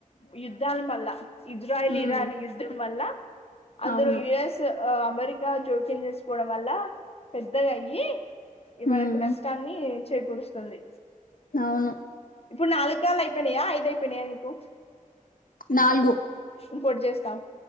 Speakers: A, on the left; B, on the left.
A: యుద్ధాలు మల్ల ఇజ్రాయల్
B: ఉమ్
A: ఇరాన్ యుద్ధం వల్ల అందులో
B: అవును
A: యుఎస్ ఊ ఆ అమెరికా జోక్యం చేసుకోవడం వల్ల పెద్దగయ్యి ఇగ
B: ఉమ్
A: మనకు నష్టాన్ని చేకూరుస్తుంది
B: అవును
A: ఇప్పుడు నాలు కాలు అయిపోనయా ఐదు అయిపోనయా నీకు
B: నాలుగు
A: ఇంకోటి చేస్తా ఆగు